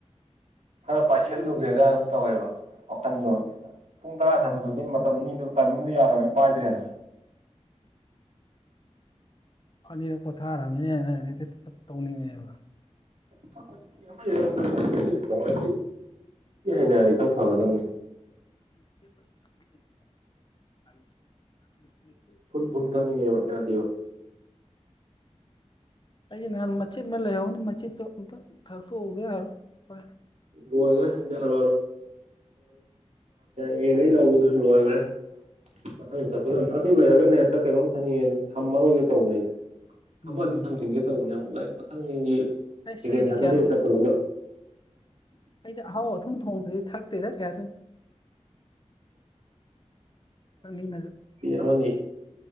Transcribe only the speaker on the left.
ꯎꯝ
ꯑꯅꯤꯔ ꯄꯣꯊꯥꯔꯃꯤꯅꯦ ꯇꯧꯅꯤꯡꯉꯦꯕ
<unintelligible>
ꯑꯩꯁꯦ ꯅꯍꯥꯟ ꯃꯆꯦꯠ ꯑꯃ ꯂꯩꯍꯧꯅꯤ ꯃꯆꯦꯠꯇꯣ ꯑꯃꯨꯛꯇꯪ ꯊꯥꯛꯇꯣꯛꯎꯗ ꯌꯥꯔꯣ ꯍꯣꯔꯦ
ꯎꯝ
ꯑꯁ
ꯀ
ꯑꯩꯁ ꯑꯍꯥꯎ ꯑꯊꯨꯝ ꯊꯣꯡꯗ꯭ꯔꯗꯤ ꯊꯛꯇꯦꯗ ꯀꯌꯥꯗꯪ ꯊꯛꯅꯤꯡꯉꯁꯨ